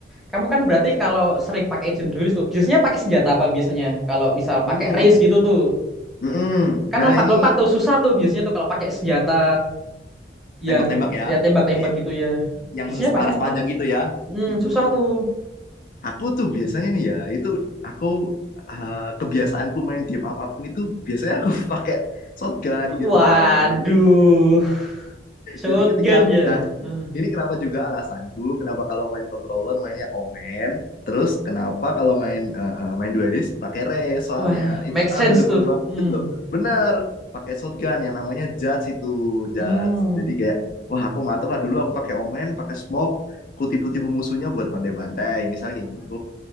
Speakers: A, in the centre; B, on the left.
A: Kamu kan berarti kalau sering pakai agent duelist tuh, biasanya pakai senjata apa biasanya? Kalau misal pakai
B: hmm
A: race gitu tuh.
B: mm-mm.
A: Kan
B: nah
A: lompat-lompat
B: ini
A: tuh susah tuh biasanya tuh kalau pakai senjata yang
B: Tembak-tembak ya.
A: ya tembak-tembak
B: Kayak
A: gitu ya.
B: yang
A: Biasanya
B: selaras
A: pakai
B: panjang
A: apa?
B: gitu ya.
A: Hmm,
B: Mm-mm.
A: susah tuh.
B: Aku tuh biasanya nih ya, itu aku eh, kebiasaanku main game apapun itu biasanya aku <laughs> pakai shotgun
A: Waduh,
B: gitu tar. Jadi
A: shotgun
B: jadi ketika
A: ya.
B: nah
A: Eh,
B: Ini kenapa juga alasanku, kenapa kalau main controller mainnya Omen, terus kenapa kalau main eh, eh, main duelist pakai Rey, soalnya
A: Wah, make
B: itu sangat
A: sense
B: mendukung
A: tuh.
B: banget
A: Hmm.
B: loh. Bener, pakai shotgun yang namanya Judge itu, Judge.
A: Hmm.
B: Jadi kayak, wah aku mantep lah dulu aku pakai Omen, pakai Smoke, ku tipu-tipu musuhnya buat bantai-bantai, misalnya kayak gitu.